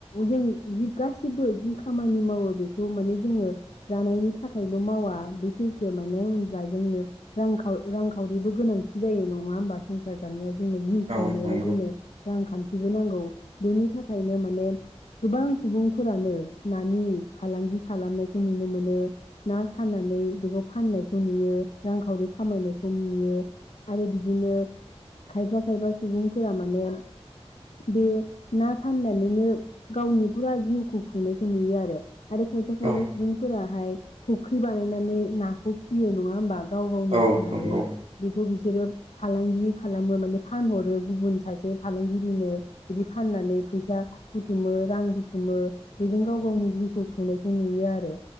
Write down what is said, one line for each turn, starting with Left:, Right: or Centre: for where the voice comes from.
Left: जों जि गासिबो जि खामानि मावो बेखौ माने जोङो जानायनि थाखायल' मावा बे सैथो मानो होनबा जोङो रांखाव रांखावरिबो गोनांथि जायो नङा होनबा संसार जानायाव जोंनो जिउ
Right: औ
Left: खुंनायाव
Right: नंगौ
Left: जोंनो रांखान्थि नांगौ बेनि थाखायनो माने गोबां सुबुंफोरानो नानि फालांगि खालामनायखौ नुनो मोनो ना सानानै बेखौ फाननायखौ नुयो रांखावरि खामायनायखौ नुयो आरो बिदिनो खायफा खायफा सुबुंफोरा माने बे ना फाननानैनो गावनि फुरा जिउखौ खुंनायखौ नुयो आरो आरो खायफा खायफा
Right: औ
Left: सुबुंफोरा हाय फुख्रि बानायनानै नाखौ फियो नङा होमबा गाव गावनो
Right: औ
Left: फिनानै
Right: नंगौ
Left: बेखौ बि बिसोरो फालांगि खालामो माने फानहरो गुबुन सासे फालांगिरिनो बिदि फाननानै फैसा बुथुमो रां बुथुमो बेजों गाव गावनि जिउखौ खुंनायखौ नुयो आरो